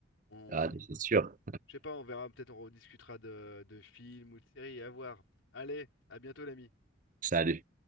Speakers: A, on the left (about 80°); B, on the right (about 40°).
A: On,
B: Allez, c'est sûr.
A: je sais pas, on verra, peut-être on rediscutera de, de films ou de séries, à voir. Allez, à bientôt l'ami.
B: Salut.